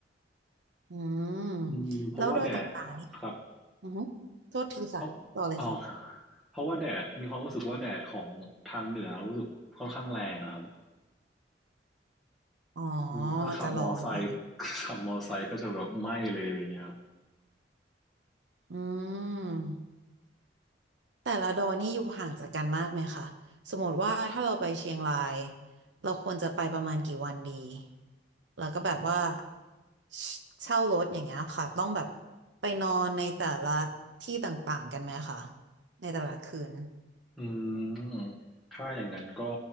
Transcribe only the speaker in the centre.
อืมเพราะว่าแดด
ครับ
เพราะอ๋อครับเพราะว่าแดดมีความรู้สึกว่าแดดของทางเหนือรู้สึกค่อนข้างแรงอะครับ
อืมถ้าขับมอไซค์
<laughs> ขับมอไซค์ก็จะแบบไหม้เลยอะไรเงี้ยครับ
อืมถ้าอย่างนั้นก็